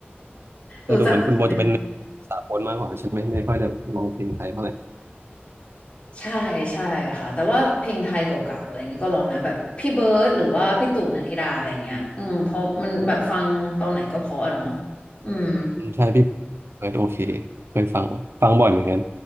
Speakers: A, on the right; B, on the left.
A: แต่ดูเหมือนคุณโบจะเป็น
B: รู้จักไหม
A: สากลมากกว่าใช่ไหมไม่ค่อยได้ร้องเพลงไทยเท่าไหร่
B: ใช่ใช่ค่ะแต่ว่าเพลงไทยเก่าๆอะไรอย่างเงี้ยก็ลองนะแบบพี่เบิร์ดหรือว่าพี่ตู่นันทิดาอะไรอย่างเงี้ยอืมเพราะมันแบบฟังตอนไหนก็เพราะอะเนาะอืม
A: อืมใช่พี่เปิดโอเคเคยฟังฟังบ่อยเหมือนกัน